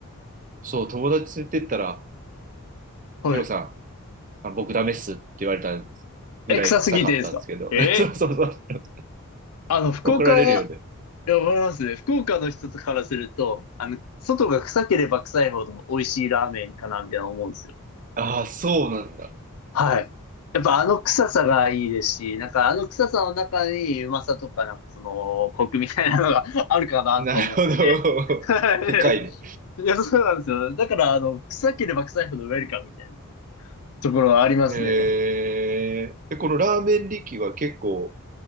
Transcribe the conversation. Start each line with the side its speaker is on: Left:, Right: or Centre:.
Right: そう、友達連れてったら、
Left: はい。
Right: ヒロさん、あ僕ダメっすって言われた
Left: え、
Right: ぐらい臭かったんですけど。
Left: 臭すぎてですかええ
Right: <laughs> そうそうそう。
Left: あの、福岡は、
Right: 怒られるよね。
Left: いや、わかりますね。福岡の人からすると、あの、外が臭ければ臭いほど美味しいラーメンかな、みたいな思うんですよ。
Right: ああ、そうなんだ。
Left: はい。やっぱあの臭さがいいですし、なんかあの臭さの中にうまさとかなんかそのコクみたいなのが <laughs> あるかなとか思ってて。
Right: なるほど。
Left: <laughs> は
Right: <laughs> 深いね。
Left: いいや、そうなんですよ。だからあの、臭ければ臭いほどウェルカムみたいなところはありますね。
Right: へーえ。えこのラーメン力は結構、